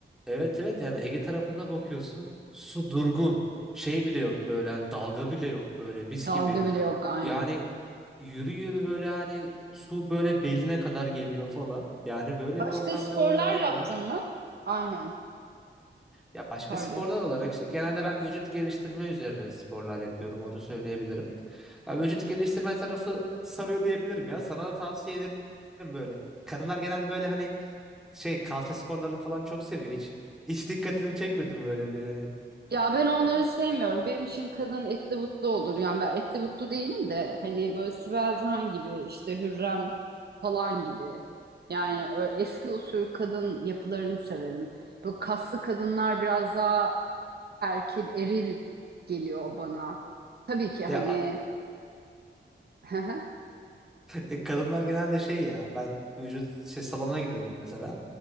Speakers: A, in the centre; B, on the right.
A: Evet evet yani Ege tarafına bakıyorsun su durgun şey bile yok böyle hani dalga bile yok böyle mis
B: Dalga
A: gibi
B: bile yok aynen.
A: yani yürü yürü böyle hani su böyle beline kadar geliyor falan yani böyle
B: Başka
A: bir ortamda
B: sporlar
A: öğrenmek
B: yaptın
A: var
B: mı? Aynen.
A: ya başka
B: Pardon.
A: sporlar olarak işte genelde ben vücut geliştirme üzerine sporlar yapıyorum onu söyleyebilirim ya vücut geliştirme tarafı sarıyor diyebilirim ya sana da tavsiye ederim böyle kadınlar genelde böyle hani şey kalça sporlarını falan çok seviyor hiç hiç dikkatini çekmedim böyle bir yani
B: Ya ben onları sevmiyorum. Benim için kadın etli butlu olur. Yani ben etli butlu değilim de hani böyle Sibel Can gibi işte Hürrem falan gibi. Yani ö- eski usul kadın yapılarını severim. Böyle kaslı kadınlar biraz daha erkil, eril geliyor bana. Tabii ki
A: ya
B: hani <laughs>
A: E, kadınlar genelde şey ya ben vücut şey, salona gidiyorum mesela.